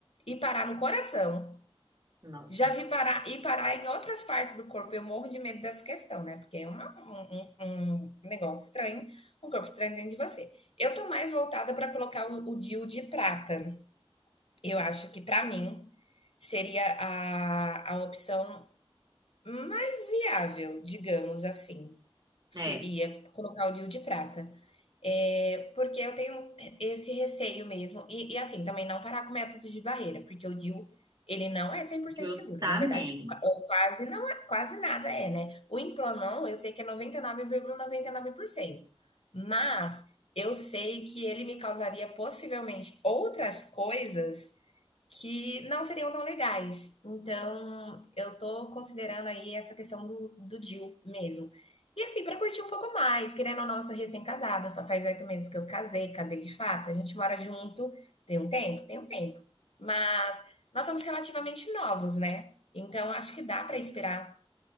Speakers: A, on the left; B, on the right.
A: ir parar no coração.
B: nossa.
A: Já vi parar ir parar em outras partes do corpo. Eu morro de medo dessa questão, né? Porque é uma- um, um- um negócio estranho, um corpo estranho dentro de você. Eu tô mais voltada para colocar o, o DIU de prata Eu acho que para mim seria a, a opção mais viável, digamos assim, seria
B: É,
A: colocar o DIU de prata. É, porque eu tenho esse receio mesmo, e, e assim, também não parar com o método de barreira, porque o DIU, ele não é cem por cento
B: justamente.
A: seguro, na verdade, qua- ou quase não é, quase nada é, né? O Implanon, eu sei que é noventa noventa e e nove nove vírgula noventa e nove por cento mas eu sei que ele me causaria possivelmente outras coisas que não seriam tão legais. Então, eu tô considerando aí essa questão do, do deal mesmo. E assim, para curtir um pouco mais, querendo ou não, eu sou recém-casada, só faz oito meses que eu casei, casei de fato, a gente mora junto, tem um tempo? Tem um tempo. Mas nós somos relativamente novos, né? Então, acho que dá para esperar